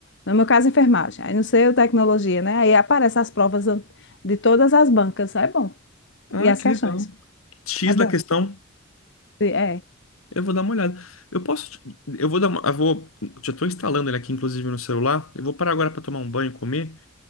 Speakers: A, on the left; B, on the left.
A: no meu caso, enfermagem. Aí não sei o tecnologia, né? Aí aparecem as provas an- de todas as bancas. É bom.
B: Ah,
A: E as
B: que
A: questões.
B: legal. X
A: É bom.
B: da questão,
A: É,
B: eu vou dar uma olhada. Eu posso, eu vou dar uma, eu vou, já estou instalando ele aqui, inclusive, no celular. Eu vou parar agora para tomar um banho e comer.